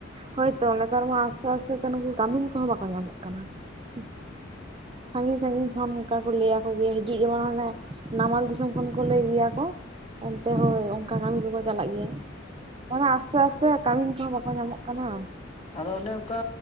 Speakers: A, on the right; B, on the left.
A: ᱦᱳᱭ ᱛᱚ
B: ᱦᱩᱸ
A: ᱱᱮᱛᱟᱨ ᱢᱟ ᱟᱥᱛᱮ ᱟᱥᱛᱮ ᱛᱮ ᱱᱩᱠᱩ ᱠᱟᱹᱢᱤᱱ ᱠᱚᱦᱚᱸ ᱵᱟᱠᱚ ᱧᱟᱢᱚᱜ ᱠᱟᱱᱟ <inaudible> ᱥᱟᱺᱜᱤᱧ ᱥᱟᱺᱜᱤᱧ ᱠᱷᱚᱱ ᱚᱱᱠᱟ ᱠᱚ ᱞᱟᱹᱭ ᱟᱠᱚ ᱜᱮᱭᱟ ᱦᱤᱡᱩᱜ ᱡᱮᱢᱚᱱ ᱦᱟᱱᱮ ᱱᱟᱢᱟᱞ ᱫᱤᱥᱚᱢ ᱠᱷᱚᱱ ᱠᱚ ᱞᱟᱹᱭ ᱜᱮᱭᱟ᱾ ᱚᱱᱛᱮ ᱦᱳᱭ ᱚᱱᱠᱟ ᱠᱟᱹᱢᱤ ᱠᱚᱠᱚ ᱪᱟᱞᱟᱜ ᱜᱮᱭᱟ ᱚᱱᱟ
B: ᱦᱩᱸ
A: ᱟᱥᱛᱮ ᱠᱟᱹᱢᱤᱱ ᱠᱚ ᱦᱚᱸ ᱵᱟᱠᱚ ᱧᱟᱢᱚᱜ ᱠᱟᱱᱟ᱾
B: ᱟᱫᱚ ᱚᱱᱮ ᱚᱱᱠᱟ